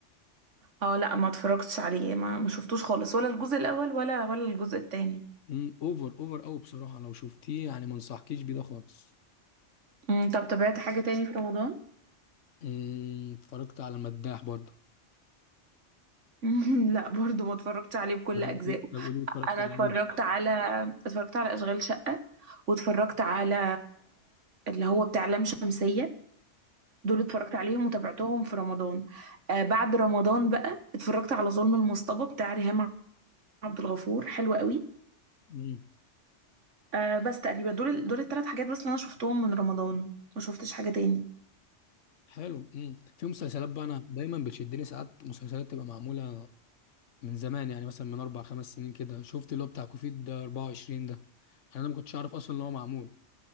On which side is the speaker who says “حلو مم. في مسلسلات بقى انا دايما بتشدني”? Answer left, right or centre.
Left